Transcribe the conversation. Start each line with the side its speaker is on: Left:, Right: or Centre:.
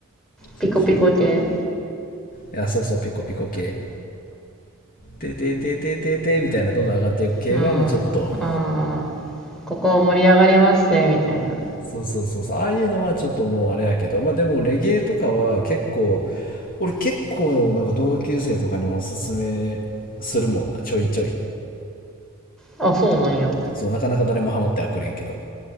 Centre: ピコピコ系。
Left: そうそういやそうそうピコピコ系ててててててみたいなどんどん上がっていく系はもうちょっと
Centre: うん、あー、ここ盛り上がりますぜ、みたいな。
Left: そうそうそうそうああいうのはちょっともうあれやけどまあでもレゲエとかは結構俺結構なんか同級生とかにもおすすめするもんなちょいちょい
Centre: あ、そうなんや。
Left: そうなかなか誰もハマってはくれんけど